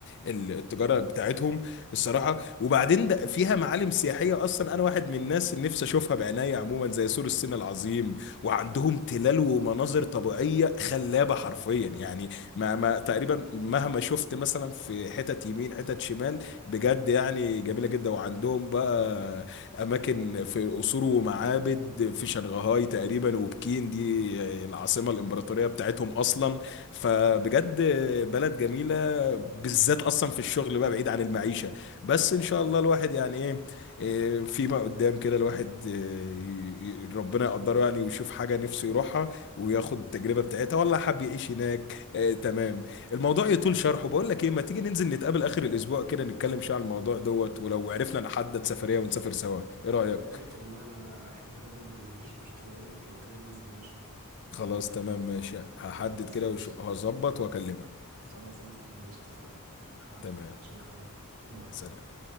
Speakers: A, on the left; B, on the right.
A: ال- التجاره بتاعتهم الصراحه وبعدين ده فيها معالم سياحيه اصلا انا واحد من الناس اللي نفسي اشوفها بعناية عموما زي سور الصين العظيم وعندهم تلال ومناظر طبيعيه خلابه حرفيا يعني ما ما تقريبا مهما شفت مثلا في حتت يمين حتت شمال بجد يعني جميله جدا وعندهم بقى اماكن في قصور ومعابد في شنغهاي تقريبا وبكين دي العاصمه الامبراطوريه بتاعتهم اصلا فبجد بلد جميله بالذات اصلا في الشغل بقى بعيد عن المعيشه بس ان شاء الله الواحد يعني ايه إيه، فيما قدام كده الواحد إيه، ي- ي- ربنا يقدره يعني ويشوف حاجه نفسه يروحها وياخد التجربه بتاعتها والله حب يعيش هناك إيه، تمام الموضوع يطول شرحه بقول لك ايه ما تيجي ننزل نتقابل اخر الاسبوع كده نتكلم شويه عن الموضوع دوت ولو عرفنا نحدد سفريه ونسافر سوا ايه رايك
B: يا ريت والله انا احب ده جدا مفيش مشكلة يا ريت لو كده ننزل ماشي
A: خلاص
B: تمام
A: تمام ماشي هحدد
B: خلاص
A: كده
B: ماشي
A: وش- هظبط واكلمك
B: خلاص بإذن الله ماشي اتفقنا اتفقنا
A: تمام
B: شكرا باي
A: سلام